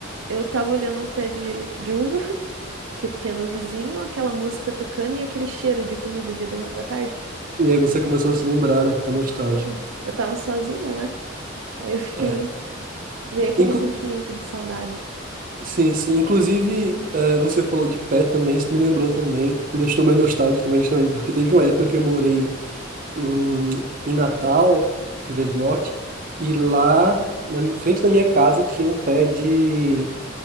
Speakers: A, on the right; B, on the right.
A: eu tava olhando um pé de, de uva <laughs> que tinha no vizinho, aquela música tocando e aquele cheiro de comida de domingo à tarde.
B: E aí você começou a se lembrar, né? Ficar nostálgica.
A: Sim, eu tava sozinha, né? Aí eu fiquei,
B: É.
A: veio aquele
B: Inclu-
A: sentimento de saudade.
B: sim, sim. Inclusive, é, você falou de pé também, isso me lembrou também. Me deixou meio nostálgico também, justamente, porque teve uma época que eu morei em, em Natal, Rio Grande do Norte, e lá, na mi- frente da minha casa, tinha um pé de...